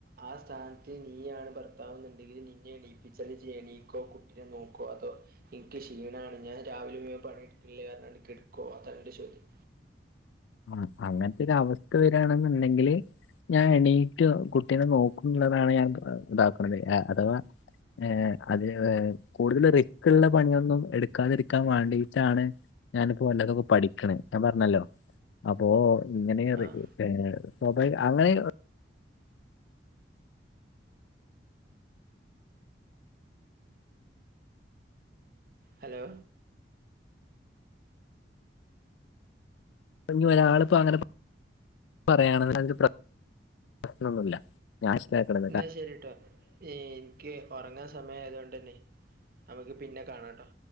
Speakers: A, on the right; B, on the left.
A: ആ സ്ഥാനത്ത് നീയാണ് ഭർ ത്താവുന്നുണ്ടെങ്കിൽ നിന്നെ എണീപ്പിച്ചാല് ഇജ് എണീക്കോ കുട്ടിനെ നോക്കോ അതോ? ഇൻക്ക് ക്ഷീണാണ് ഞാൻ രാവിലെ മുഴുവൻ പണി എടുക്കില്ലേ ർഞ്ഞാണ്ട് കെട്ക്കോ അതാൻ്റെ ചോദ്യം.
B: ആ അങ്ങൻത്തെ ഒരു അവസ്ഥ വരാണെന്നുണ്ടെങ്കില്. ഞാൻ എണീറ്റ് കുട്ടിനെ നോക്കു ന്നതാണ് ഞാൻ ഇതാക്ക്ണത് അഥവാ ഏഹ് അത് <unintelligible> കൂടുതൽ റിക് ഉള്ള പണിയൊന്നും എടുക്കാതിരിക്കാൻ വാണ്ടിട്ടാണ് ഞാനിപ്പോ വല്ലൊക്കെ പഠിക്കണെ ഞാൻ പർഞ്ഞല്ലോ അപ്പോ ഇങ്ങനെറി
A: ആ
B: സ്വാഭാവിക അങ്ങനെ
A: ഹലോ.
B: നി ഒരാള്പ്പോ അങ്ങനെ പറയാണ അതില് പ്രശ്നൊന്നുല്ല. നാഷ്ടക്കണ്
A: ന്നാ ശരി ട്ടോ ഈൻക്ക് ഒറങ്ങൻ സമയ ആയതോണ്ടന്നെ. നമ്മക്ക് പിന്നെ കാണാം ട്ടോ.